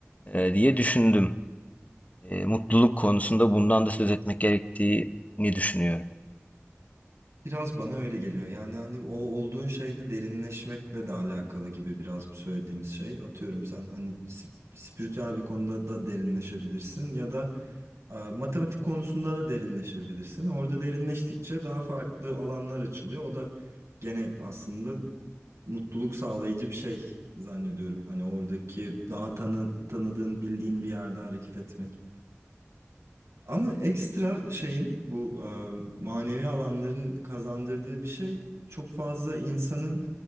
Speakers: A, on the left (about 30°); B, on the right (about 80°).
A: e, diye düşündüm. E, mutluluk konusunda bundan da söz etmek gerektiğini düşünüyorum.
B: Biraz bana öyle geliyor. Yani hani o olduğun şeyde derinleşmekle de alakalı gibi biraz bu söylediğimiz şey. Atıyorum sen hani sp- spiritüel bir konuda da derinleşebilirsin ya da e, matematik konusunda da derinleşebilirsin. Orada derinleştikçe daha farklı alanlar açılıyor. O da gene aslında mutluluk sağlayıcı bir şey zannediyorum. Hani oradaki daha tanı, tanıdığın, bildiğin bir yerde hareket etmek. Ama ekstra şeyin bu e, manevi alanların kazandırdığı bir şey çok fazla insanın